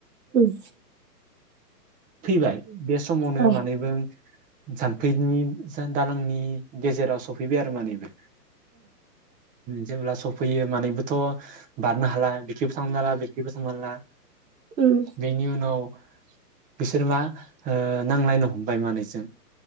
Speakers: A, on the right; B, on the right.
A: उम
B: फैबाय बे समावनो
A: औ
B: मानैबो जामफैनि दा-दालांनि गेजेराव सफै फैबाय आरो मानैबो जेब्ला सफ फैयो मानैबोथ बारनो हाला बेखिबो थांनो हाला बेखिबो थांनो हाला
A: उम
B: बेनि उनाव बिसोर मा ओ नांलायनो हमबाय मानैजों